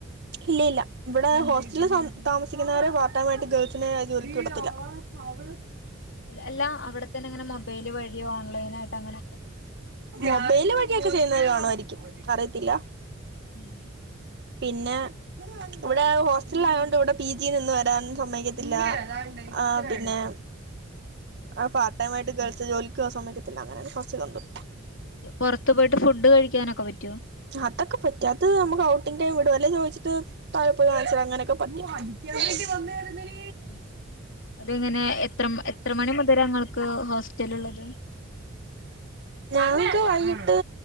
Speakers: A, on the right (about 55°); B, on the left (about 65°).
A: ഇല്ല ഇല്ല ഇവിടെ ഹോസ്റ്റലിൽ താമസിക്കുന്നവരെ <unintelligible> ഗേൾസിനെ. ജോലിക്ക് കൊടുത്തില്ല ആവള്.
B: അല്ല അവിടെത്തന്നെ അങ്ങനെ മൊബൈല് വഴിയോ ഓൺലൈൻ ആയിട്ട് അങ്ങനെയൊക്കെ
A: <inaudible> വേല് വഴിയൊക്കെ ചെയ്യുന്നവര് കാണുവായിരിക്കും അറിയത്തില്ല.
B: ഉം.
A: പിന്നെ. ഇവിടെ ഹോസ്റ്റല ആയോണ്ട് ഇവിടെ പി ജി നിന്ന് വരാനും സമ്മക്കത്തില്ല ആ പിന്നെ. ആ പാർട്ട ടൈ ആയി് ഗേൾസ് ജോലിക് പോവാ സമയക്കത്തില്ല അങ്ങനെ കുറച്ച് കണ്ടു.
B: പുറത്തു പോയിട്ട് ഫുഡ് കഴിക്കാനൊക്കെ പറ്റും
A: അതൊക്കെറപറ്റും നമക്ക് ഔട്ടിംഗ ടൈം ഇടെ അല്ലേ ചോദിച്ചിട്ട് താഴെ പോയിവാങ്ങി അങ്ങനെൊക്കെ പറ്റും. <inaudible>
B: ഉം. അതെങ്ങനെ എത്ര എത്ര മണി മുതലാ ങ്ങൾക്ക് ഹോസ്റ്റല് ഉള്ളത്.
A: ഞങ്ങക്ക് വൈകട്ട്